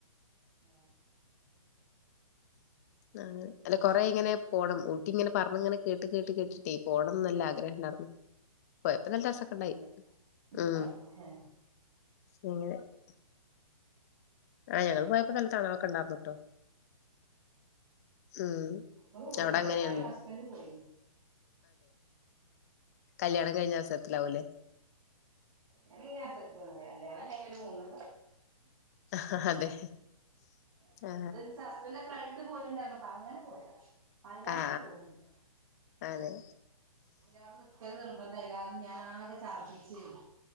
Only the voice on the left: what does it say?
ആങ്ങനെ അല്ല കൊറെ ഇങ്ങനെ പോണം ഊട്ടി ഇങ്ങനെ പറഞ്ഞ ഇങ്ങനെ കേട്ട് കേട്ട് കേട്ടിട്ടേ പോണംന്ന് നല്ല ആഗ്രഹം ഉണ്ടായിരുന്നു പോയ നല്ല രസൊക്കെ
ഉണ്ടായി ഉ
നിങ്ങെ <unintelligible> ആഹ ഞങ്ങള്ൾ
പോയപ്പോ നല്ല തണൊക്കെ ഇണ്ടാവന്നട്ടോ ഉം
അവിടെ അങ്ങനെയാണല്ലോ
കല്ല്യാണം കഴിഞ്ഞ അവസരത്തിലാവൂലേ
അ ഹ അതെ
ആ
ആ ആ
അതെ